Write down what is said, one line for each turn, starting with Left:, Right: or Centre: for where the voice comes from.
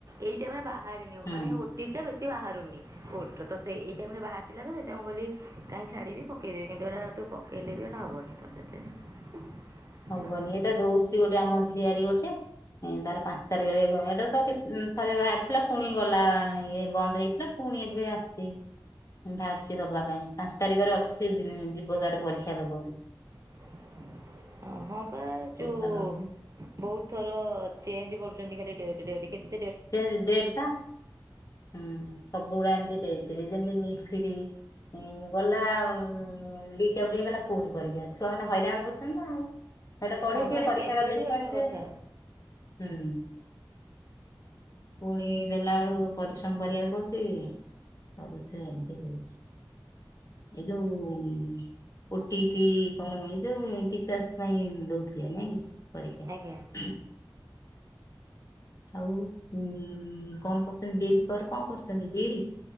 Right: ଏଇଟା ମାନେ ବା ରୁନି
Left: ହୁଁ
Right: ମାନେ ଓ ଟି ଇ ଟି ଟା ବେଶୀ ବାହାରୁନି ତ ସେ ଏଇ ଟାଇମ ରେ ବାହାର ଥିଲା ତ ସେଥିପାଈ ମୁଁ କହିଲି କାଇହିଁ ଛାଡିବି ପକେଇଦେବି କିନ୍ତୁ ଏଇଟା ତୁ ପକେଇଲେ ବି ଏଟା ହବନି ତ ସେଥିପାଇଁ
Left: ହବନି
Right: ଛାଡ଼ ଆଉ।
Left: ଏଇଟା ଦଉଚି ଗୋଟେ ଆମ ଝିଆରି ଗୋଟେ ତାର ପାଞ୍ଚ ତାରିଖରେ ଏଟା ତ ଥରେ ବାହାରିଥିଲା ପୁଣି ଗଲା ଇଏ ବନ୍ଦ ହେଇଥିଲା ପୁଣି ଏବେ ଆସିଚି। ବାହାରିଛି ଦବା ପାଇଁ ପାଞ୍ଚ ତାରିଖରେ ଅଛି ସେ ଯିବ ତାର ପରୀକ୍ଷା ଦବ ବୋଲି।
Right: <unintelligible> ହଁ ପା
Left: କହୁଥିଲା
Right: ଯଉ
Left: ଦବ
Right: ବହୁତ ଥର ଚେଞ୍ଜ କରୁଚନ୍ତି ଖାଲି ଡେଟ ଡେଟ।
Left: ଚେଞ୍ଜ ଡେଟଟା ହୁଁ। ସବୁ ଗୁଡା ଏମତି ଦେଇଥିଲି ଯେମିତି ନିଟ ଫିଟ। ଗଲା ଲିକ ଆଉଟ ହେଇଗଲା ପୁଣି ପରୀକ୍ଷା ଛୁଆମାନେ ହଇରାଣ ହୋଉଛନ୍ତି ନା ସେଟା ପଢିଥିବେ
Right: ହଁ ପରା
Left: ପରୀକ୍ଷା
Right: କେବେଠୁ
Left: ଟା ଦେଇ
Right: ହେବା
Left: ସାରିଥିବେ
Right: କଥା
Left: ହୁଁ, ପୁଣି ଦେଲା ବେଳୁ ପରିଶ୍ରମ କରିବାକୁ ପଡୁଛି। ସବୁଥିରେ ଏମତି ହଉଛି ଏ ଯୋଉ ଓ, ଟି, ଇ, ଟି କଣ ଉଣିଶିରେ ଟିଚର୍ସ ପାଇଁ ଦଉଥିବେ ନାଇଁ କି। ପରୀକ୍ଷା।
Right: ଆଜ୍ଞା
Left: ଆଉ ଉ କଣ କରୁଛନ୍ତି ବେଶ ପରେ କଣ କରୁଛନ୍ତି ବିଇଡି।